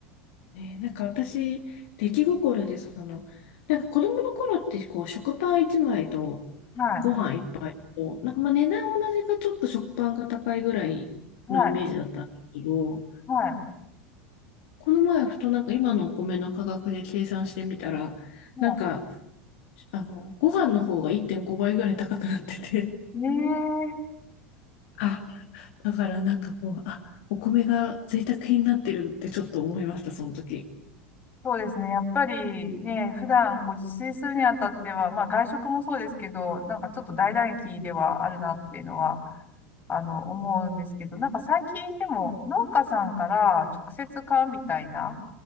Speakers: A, on the left; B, on the left.
A: ね、なんか私、出来心でその、なんか子供の頃ってこう食パン1枚と
B: はい、
A: ご飯1杯と、なんかまあ値段同じかちょっと食パンが高いぐらいのイメージだったんですけど、
B: はい、はい、
A: この前ふとなんか今のお米の価格で計算してみたら、
B: は
A: なんかあのご飯の方が1.5倍ぐらい高くなってて、
B: い。ねえ
A: あ、だからなんかこう、あ、お米が贅沢品になってるってちょっと思いました、その時。
B: そうですね。やっぱりね、普段こう自炊するにあたっては、まあ外食もそうですけど、なんかちょっと大打撃ではあるなっていうのは、あの、思うんですけど、なんか最近でも農家さんから直接買うみたいな、